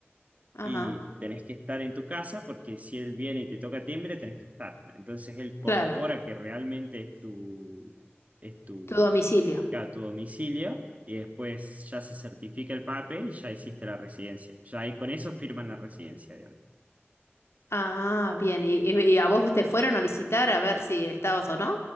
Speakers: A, on the left; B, on the right.
A: ajá.
B: y tenés que estar en tu casa porque si él viene y te toca timbre, tenés que estar. Entonces él corrobora
A: Claro,
B: que realmente es tu, es tu,
A: tu domicilio.
B: a tu domicilio, y después ya se certifica el papel y ya hiciste la residencia. Ya ahí con eso firman la residencia, digamos.
A: Ah, bien. ¿Y, y- y a vos te fueron a visitar a ver si estabas o no?